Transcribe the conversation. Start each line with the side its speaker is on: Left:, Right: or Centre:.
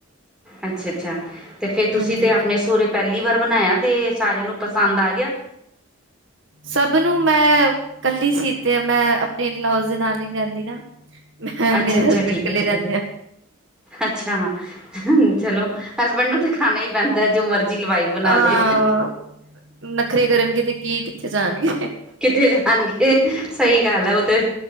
Centre: ਅੱਛਾ, ਅੱਛਾ ਅਤੇ ਫਿਰ ਤੁਸੀਂ
Right: ਹਾਂਜੀ
Centre: ਤਾਂ ਆਪਣੇ ਸਹੁਰੇ ਪਹਿਲੀ ਵਾਰ ਬਣਾਇਆ, ਤੇ ਸਾਰਿਆਂ ਨੂੰ ਪਸੰਦ ਆ ਗਿਆ।
Right: ਸਭ ਨੂੰ ਮੈਂ ਕੱਲੀ ਸੀ। ਤੇ ਮੈਂ ਆਪਣੇ ਇਨਲੋਜ਼ ਦੇ ਨਾਲ ਨੀ ਰਹਿੰਦੀ ਨਾ। ਮੈਂ ਔਰ
Centre: ਅੱਛਾ,
Right: ਮੇਰੇ
Centre: ਅੱਛਾ
Right: ਹਸਬੈਂਡ
Centre: ਠੀਕ
Right: ਕੱਲੇ
Centre: ਹੈ, ਠੀਕ
Right: ਰਹਿਦੇ
Centre: ਹੈ।
Right: ਆ।
Centre: ਅੱਛਾ ਚਲੋ, ਹਸਬੈਂਡ ਨੂੰ ਤਾਂ ਖਾਣਾ ਹੀ ਪੈਂਦਾ ਹੈ, ਜੋ ਮਰਜ਼ੀ ਲਵਾਈ। ਬਣਾ
Right: ਅ
Centre: ਦੇ।
Right: ਨਖਰੇ ਕਰਨਗੇ ਤੇ ਕੀ ਕਿੱਥੇ ਜਾਣਗੇ?
Centre: ਕਿੱਥੇ ਜਾਣਗੇ ਸਹੀ ਗੱਲ ਹੈ, ਉਹ ਤੇ